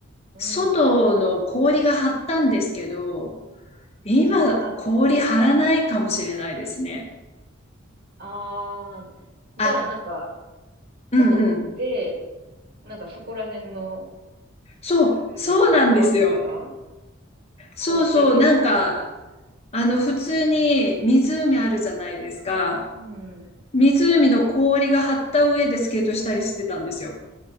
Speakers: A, on the right; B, on the left.
A: うん、
B: 外の氷が張ったんですけど、今氷張らないかもしれないですね。
A: うん。あ、あー、
B: あ、
A: じゃあなんか、
B: うんうん。
A: 外で、なんかそこら辺の
B: そう、
A: 海とか川とかが
B: そうなんですよ。そうそう、
A: 凍ってて、
B: なんか、あの、普通に湖あるじゃないですか。
A: うん。
B: 湖の氷が張った上でスケートしたりしてたんですよ。